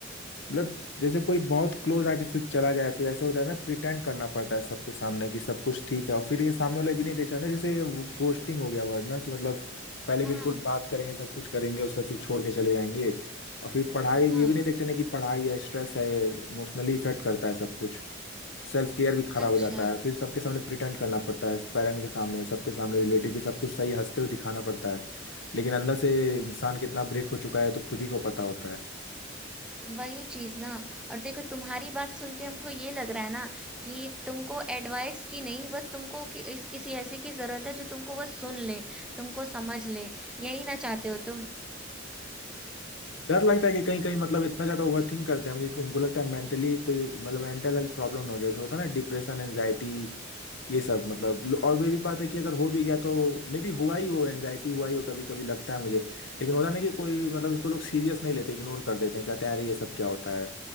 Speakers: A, on the left; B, in the centre.
A: मतलब जैसे कोई बहुत क्लोज आके फिर चला जाए फिर ऐसे हो जाए ना प्रिटेंड करना पड़ता है सबके सामने कि सब कुछ ठीक है और फिर ये सामने वाला भी नहीं देख रहा ना जैसे गोस्टिंग हो गया वर्ड ना कि मतलब पहले
B: हाँ
A: बिल्कुल बात करेंगे सब कुछ करेंगे उसका फिर छोड़ के चले जाएंगे और फिर पढ़ाई
B: हाँ
A: ये भी नहीं देखते ना कि पढ़ाई है स्ट्रेस है इमोशनली इफेक्ट करता है सब कुछ सेल्फ केयर भी खराब
B: अच्छा
A: हो जाता है फिर सबके सामने प्रिटेंड करना पड़ता है पेरेंट के सामने सबके सामने रिलेटिव भी सब कुछ सही हंसते हुए दिखाना पड़ता है लेकिन अंदर से इंसान कितना ब्रेक हो चुका है तो खुद ही को पता होता है
B: वही चीज ना और देखो तुम्हारी बात सुन के हमको ये लग रहा है ना कि तुमको एडवाइस की नहीं बस तुमको कि, इस किसी ऐसे की जरूरत है जो तुमको बस सुन ले तुमको समझ ले यही ना चाहते हो तुम
A: डर लगता है कि कहीं कहीं मतलब इतना ज्यादा ओवरथिंक करते हैं हम कि उनको लगता है मेंटली कोई मतलब मेंटल हेल्थ प्रॉब्लम ना हो जैसे होता है ना डिप्रेशन एंजाइटी ये सब मतलब लो- और वे भी बात है कि अगर हो भी गया तो मे बी हुआ ही हो एंजाइटी हुआ ही हो कभी कभी लगता है मुझे लेकिन होता ना कि कोई मतलब इसको लोग सीरियस नहीं लेते इग्नोर कर देते हैं कहते हैं अरे ये सब क्या होता है